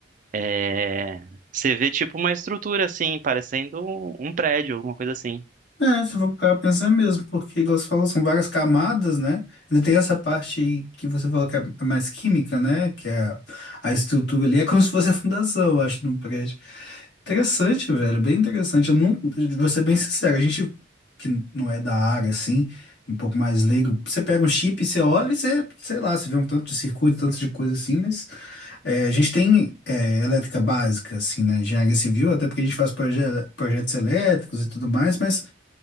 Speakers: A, on the right; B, on the left.
A: é, você vê tipo uma estrutura assim, parecendo um, um prédio, alguma coisa assim.
B: É, se for parar pra pensar mesmo, porque, igual você falou, são várias camadas, né? Ainda tem essa parte que você falou que é mais química, né? Que é a, a estrutura ali, é como <laughs> se fosse a fundação, eu acho, de um prédio. Interessante, velho, bem interessante. Eu não, vou ser bem sincero, a gente que não é da área, assim, um pouco mais leigo, você pega um chip, você olha e você, sei lá, você vê um tanto de circuito, tanto de coisa assim, mas é, a gente tem é, elétrica básica, assim, né? Engenharia civil, até porque a gente faz proje projetos elétricos e tudo mais, mas